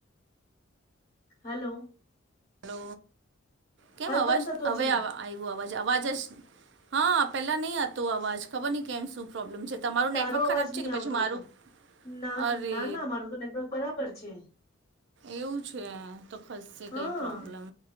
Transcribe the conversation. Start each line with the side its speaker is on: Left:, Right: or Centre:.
Left: હલો.
Right: હલો કેમ અવાજ
Left: બંધ થતો
Right: હવે
Left: છે
Right: આ આવું અવાજ અવાજ જ હા પેલા નહી હતો અવાજ ખબર ન કેમ શું. પ્રોબ્લેમ છે તમારું
Left: તારો
Right: નેટવર્ક ખરાબ
Left: અવાજ નહી
Right: છે કે પછી
Left: આવતો
Right: મારું.
Left: હતો ના
Right: અરે
Left: ના ના મામારું તો નેટવર્ક બરાબર છે.
Right: એવું છે તો ખસશે
Left: હા
Right: કઈ પ્રોબ્લેમ.